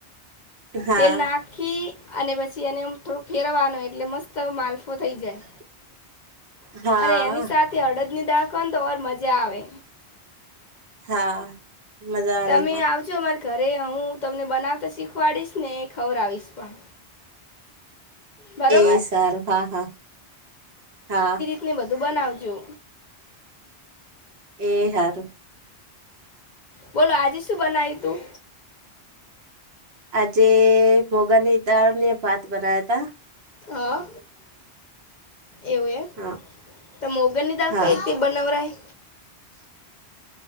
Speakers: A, on the right; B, on the left.
A: હા
B: તેલ નાખી અને પછી એને થોડું ફેણવાનું એટલે મસ્ત માલફો થઈ જાય
A: <inaudible> હા
B: અને એની સાથે અડદ ની દાળ ખાવ તો ઓર મજા આવે
A: હા મજા આવે
B: તમે
A: એમાં
B: આવજો અમારે ઘરે હું તમને બનાવતા શીખવાડીશ ને ખબર આવીશ પણ બરોબર
A: એ સારું હા હા હા
B: ને બધું બનાવજો
A: એ હારુ
B: બોલો આજે શું બનાય તું
A: આજે મોગદ દાળ ને ભાત બનાવિયતા
B: હા એવું એમ
A: હા
B: તો મોંગળ ની દાળ
A: હા
B: કઈ રીતે બનવરાય
A: <inaudible>